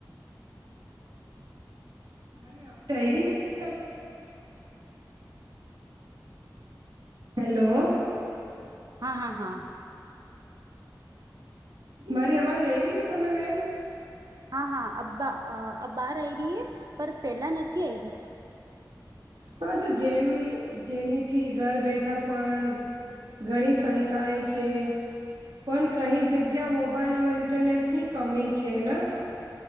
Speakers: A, on the right; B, on the right.
A: મારી અવાજ
B: હલો
A: <unintelligible> હેલો.
B: હા, હા, હા.
A: મારી અવાજ આઈ રહી હે તમે બેન?
B: હા, હા, અબ બાર આઈ રી હે, પણ પેલા નથી આઈ રી.
A: હા તો જેમી જેનીથી ઘર બેઠા પણ ઘણી શંકાએ છે. પણ કઈ જગ્યા મોબાઈલ ઓર ઇન્ટરનેટ ની કમી છે ના?